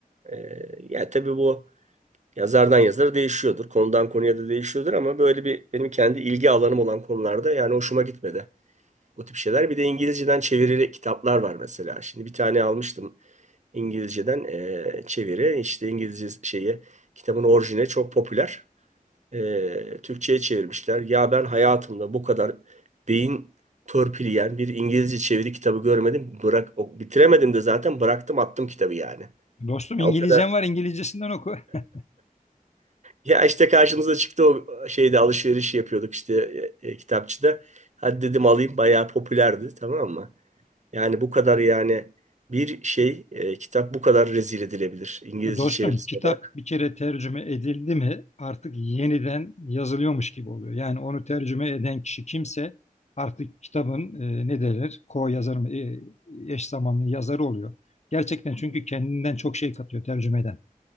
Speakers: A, on the right (about 50°); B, on the left (about 50°).
A: Ee, yani tabii bu yazardan yazara değişiyordur. Konudan konuya da değişiyordur ama böyle bir benim kendi ilgi alanım olan konularda yani hoşuma gitmedi. O tip şeyler. Bir de İngilizceden çevirili kitaplar var mesela. Şimdi bir tane almıştım İngilizceden eee, çeviri. İşte İngilizce şeyi kitabın orijine çok popüler. Eee, Türkçe'ye çevirmişler. Ya ben hayatımda bu kadar beyin törpüleyen bir İngilizce çeviri kitabı görmedim. Bırak, o- bitiremedim de zaten bıraktım attım kitabı yani.
B: Dostum
A: Ya
B: İngilizcen
A: o kadar
B: var, İngilizcesinden oku. <laughs>
A: ya işte karşımıza çıktı o şeyde alışveriş yapıyorduk işte e, e, kitapçıda. Hadi dedim alayım bayağı popülerdi tamam mı? Yani bu kadar yani bir şey e, kitap bu kadar rezil edilebilir İngilizce
B: Dostum,
A: çevirisi
B: kitap
A: olarak.
B: bir kere tercüme edildi mi artık yeniden yazılıyormuş gibi oluyor. Yani onu tercüme eden kişi kimse artık kitabın e, ne denir? Co-yazar mı? E, eş zamanlı yazarı oluyor. Gerçekten çünkü kendinden çok şey katıyor tercümeden.